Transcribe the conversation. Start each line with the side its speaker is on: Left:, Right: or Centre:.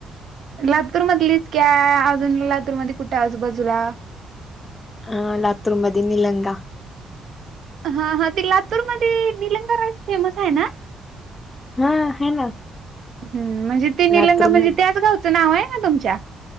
Right: लातूर मधलीच काय अजून लातूर मध्ये कुठ आजूबाजूला
Left: अ लातुर मधे निलंगा
Right: हा हा ते लातूरमध्ये निलंगा राईस फेमस हाय ना
Left: हा हाय ना
Right: हम् म्हणजे ते निलंगा
Left: लातूर
Right: म्हणजे
Left: मध्ये
Right: त्याच गावचं नाव आहे ना तुमच्या?